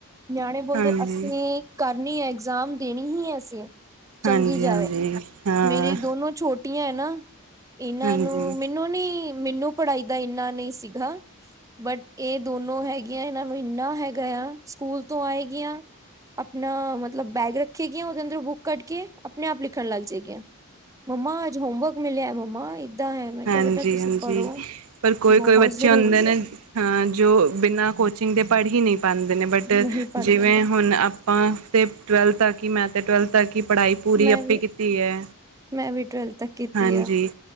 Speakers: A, on the right; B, on the right.
A: ਨਿਆਣੇ ਬੋਲਦੇ
B: ਹਾਂਜੀ
A: ਅਸੀਂ ਕਰਨੀ ਏ ਇਗਜ਼ਾਮ ਦੇਣੀ ਈ ਹੈ, ਅਸੀ। ਚੰਗੀ
B: ਹਾਂਜੀ
A: ਜਾਵੇ,
B: ਹਾਂਜੀ ਹਾਂ
A: ਮੇਰੇ ਦੋਨੋ ਛੋਟੇ ਛਟੀਆਂ ਨਾ, ਇਹਨਾਂ
B: ਹਾਂਜੀ
A: ਨੂੰ ਮੈਨੂੰ ਨੀ ਮੈਨੂੰ ਪੜ੍ਹਾਈ ਦਾ ਇੰਨਾ ਨਹੀਂ ਸੀਗਾ। ਬਟ ਇਹ ਦੋਨੋ ਹੈਗੀਆਂ, ਇਹਨਾਂ ਨੂੰ ਇੰਨਾ ਹੈਗਾ ਆ ਸਕੂਲ ਤੋਂ ਆਏਗੀਆਂ। ਆਪਣਾ ਮਤਲਬ ਬੈਗ ਰੱਖੇਗੀਆਂ, ਉਹਦੇ ਅੰਦਰੋਂ ਬੁੱਕ ਕੱਢ ਕੇ ਆਪਣੇ ਆਪ ਲਿਖਣ ਲੱਗ ਜਾਏਗੀਆਂ। ਮੰਮਾ ਅੱਜ ਹੋਮਵਰਕ ਮਿਲਿਆ ਮੰਮਾ ਏਦਾਂ ਹੈ ਮੈਂ
B: ਹਾਂਜੀ,
A: ਕਿਹਾ ਬੇਟਾ ਤੁਸੀਂ
B: ਹਾਂਜੀ
A: ਪੜ੍ਹੋ
B: ਪਰ ਕੋਈ,
A: ਬਹੁਤ
B: ਕੋਈ ਬ ਬੱਚੇ
A: ਜ਼ਰੂਰੀ
B: ਹੁੰਦੇ ਨੇ
A: ਹੈ
B: ਹਾਂ ਜੋ ਬਿਨਾਂ ਕੋਚਿੰਗ ਦੇ ਪੜ੍ਹ ਹੀ ਨਹੀਂ ਪਾਉਂਦੇ ਨੇ ਬਟ
A: ਨਹੀਂ ਪੜ੍ਹ
B: ਜਿਵੇਂ
A: ਪਾਉਂਦੇ
B: ਹੁਣ ਆਪਾਂ ਤਾਂ ਟਵੈਲਥ ਆ ਕਿ ਮੈਂ ਟਵੈਲਥ ਆ ਕਿ ਪੜ੍ਹਾਈ ਪੂਰੀ
A: ਮੈਂ
B: ਆਪੇ
A: ਵੀ
B: ਕੀਤੀ ਹੈ
A: ਮੈਂ ਵੀ ਟਵੈਲਥ ਤੱਕ ਕੀਤੀ
B: ਹਾਂਜੀ।
A: ਆ